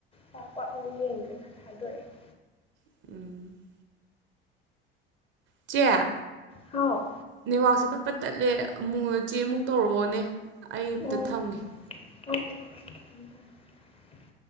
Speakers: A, on the left; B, on the right.
A: ꯄꯥꯛ ꯄꯥꯛ ꯑꯃꯨꯛ ꯌꯦꯡꯗ꯭ꯔꯦ ꯈꯔ ꯊꯥꯗꯣꯛꯑꯦ ꯫
B: <inaudible> ꯆꯦ
A: ꯍꯥꯎ
B: ꯅꯦꯋꯥꯛꯁꯦ ꯄꯠꯄꯠ ꯇꯠꯂꯦ ꯑꯃꯨꯛ ꯆꯦꯃꯨꯛ ꯇꯧꯔꯛꯑꯣꯅꯦ ꯑꯩ ꯑꯃꯨꯛ
A: ꯑꯣ
B: ꯊꯝꯒꯦ ꯫
A: <unintelligible>